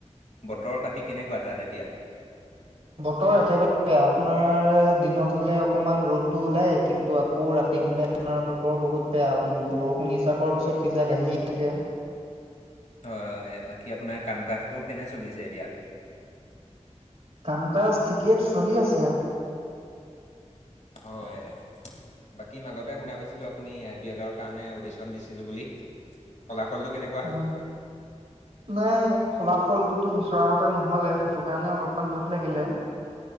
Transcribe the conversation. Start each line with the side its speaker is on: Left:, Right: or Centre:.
Left: তৰ পাতি কেনেকোৱা তাত এতিয়া?
Right: বতৰ একেবাৰে বেয়া আপোনাৰ দিনত হ'লে অকণমান ৰ'দ টো ওলাই কিন্তু আকৌ ৰাতি হ'লে আপোনাৰ বতৰ বহুত বেয়া বৰষুণ ইজাকৰ পিছত সিজাক আহি হি থাকে।
Left: হয় হয়, বাকী আপোনাৰ কাম কাজবোৰ কেনে চলিছে এতিয়া?
Right: কাম কাজ ঠিকে চলি আছে।
Left: হয় বাকী মাজতে শুনা পাইছিলোঁ আপুনি আই পি এলৰ কাৰণে অডিশ্যন দিছিল বুলি ফলাফলটো কেনেকুৱা
Right: অ'
Left: হ'ল
Right: নাই ফলা ফলটোতো বিচৰা মতে নহলে সেইটো কাৰণে অলপমান দুখ লাগিলে।